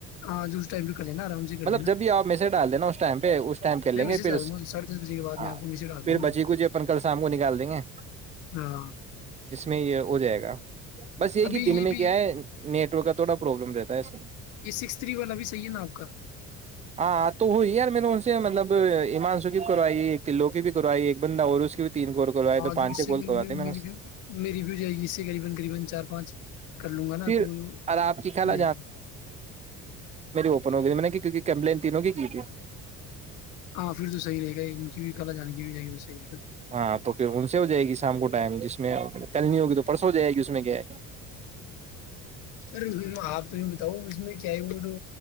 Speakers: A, on the left; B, on the right.
A: ہاں جو اس ٹائم پہ کر لینا آرام سے کر
B: مطلب
A: لینا
B: جب بھی آپ میسج ڈال د نا اس ٹائم پہ اس ٹائم کر لیں
A: میں میسج
B: گے پھر
A: ڈال دوں گا ساڑھے دس بجے کے بعد میں
B: ہاں
A: آپ کو میسج ڈال
B: پھر
A: دوں گا میں
B: بچی کو جین کل شام کو نکال دیں گے
A: ہاں
B: اس میں ہو جائے گا بس یہی
A: ابھی
B: کہ دن
A: یہ
B: میں
A: بھی
B: کیا ہے نیٹ کا تھوا پرابلم رہتا ہے اس میں
A: یہ سکس تھری والا بھی صحیح ہے نا آپ کا
B: ہاں تو وہی یار میں نے ان سے مطلب ایمان سو کی بھی کروائی ہے ایک قلوں کی بھی کروائی ایک بندہ اور اس کی بھی تین کوور کوائے تو پانچ
A: <inaudible>
B: چھ کال کرواتے میں نے اس سے۔ پھر اور آپ کی خالہ ہو گئی میں نے کیک کمپلین تینوں کی کی تھی
A: ہاں پھر تو صحی رہے گا ان کی بھی کلا جان کی بھی رہے گی تو صحی
B: ہاں تو پھر ان سے ہو جائے گی شام کو پم جی اس میں کل نہیں ہوگی تو پرس ہو جائے گی اس میں کیا ہے
A: پر آپ بتاؤ اس میں کیا ہے وہ تو